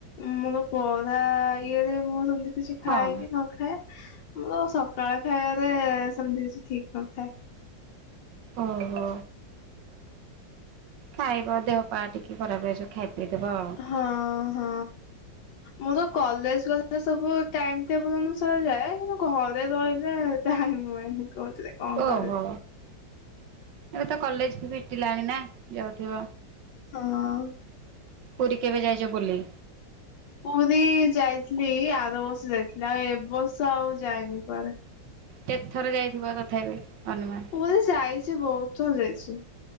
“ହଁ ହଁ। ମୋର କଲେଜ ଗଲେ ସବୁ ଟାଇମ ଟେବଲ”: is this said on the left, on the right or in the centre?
Left